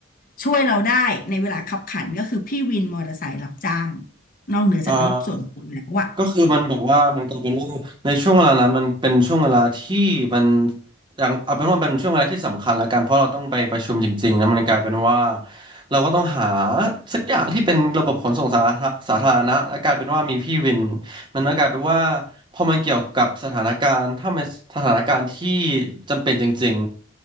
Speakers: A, on the left; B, on the right.
A: ช่วยเราได้ในเวลาขับขันก็คือพี่วินมอเตอร์ไซค์รับจ้างนอกเหนือจากรถส่วนตัวแล้วอ่ะ
B: เอ่อ ก็คือมันแบบว่ามันกลายเป็นว่าในช่วงเวลานั้นมันเป็นช่วงเวลาที่มันอย่างเอาเป็นว่าเป็นช่วงเวลาที่สำคัญละกันเพราะเราต้องไปประชุมจริงๆนะมันกลายเป็นว่าเราก็ต้องหาสักอย่างที่เป็นระบบขนส่งสาธาสาธารณะและกลายเป็นว่ามีพี่วินมันก็กลายเป็นว่าพอมันเกี่ยวกับสถานการณ์ถ้ามันสถานการณ์ที่จำเป็นจริง